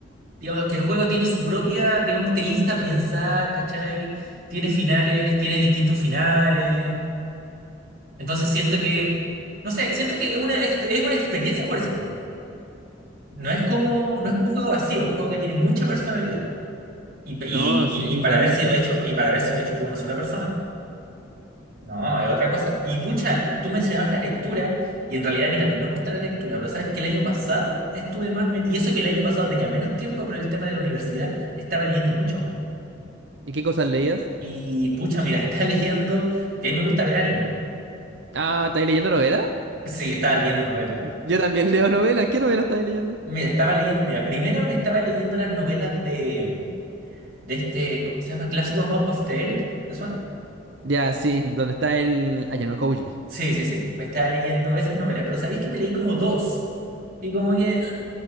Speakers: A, on the right (about 55°); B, on the right (about 70°).
A: Digamos que el juego tiene su propia, digamos, te insta a pensar, ¿cachai? Tiene finales, tiene distintos finales. Entonces siento que, no sé, siento que es una, ex- es una experiencia jugar ese juego. No es como, no es como un juego vacío, un juego que tiene mucha personalidad. Y, y,
B: No,
A: y,
B: sí,
A: y para
B: totalmente.
A: haber sido hecho, y para haber sido hecho por una sola persona, no, es otra cosa. Y pucha, tú mencionabas la lectura, y en realidad a mí también me gusta la lectura, pero sabes que el año pasado estuve más metido, y eso que el año pasado tenía menos tiempo por el tema de la universidad, estaba leyendo mucho más.
B: ¿Y qué cosas leías?
A: Y pucha, mira, <laughs> estaba leyendo, que a mí me gusta ver anime.
B: Ah, ¿estáis leyendo novelas?
A: Sí, estaba leyendo novelas.
B: Yo también leo novelas. ¿Qué novela estáis leyendo?
A: Mira, estaba leyendo, mira, primero me estaba leyendo las novelas de, de este, ¿cómo se llama? Classroom of the Elite, ¿te suena?
B: Ya, sí, donde está el Ayano Koji.
A: Sí, sí, sí, me estaba leyendo esas novelas, pero ¿sabéis que me leí como dos? Y como que, ah,